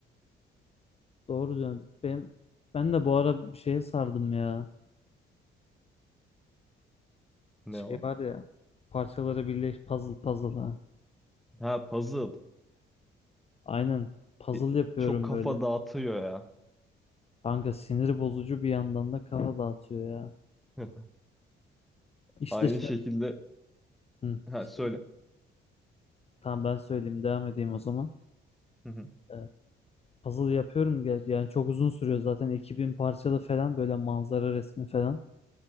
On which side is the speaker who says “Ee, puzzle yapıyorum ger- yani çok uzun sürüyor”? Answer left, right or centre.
Left